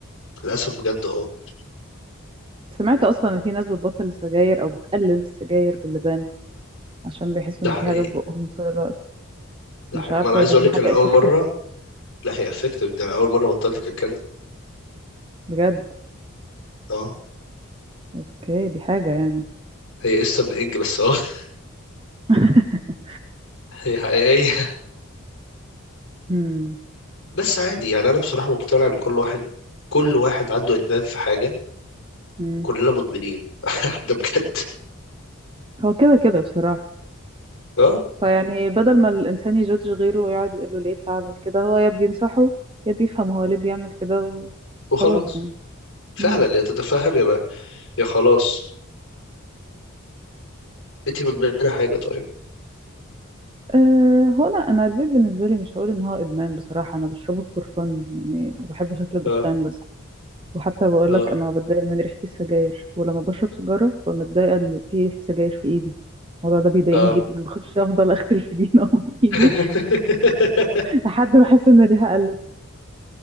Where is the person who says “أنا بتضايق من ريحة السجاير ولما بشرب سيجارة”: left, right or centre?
Right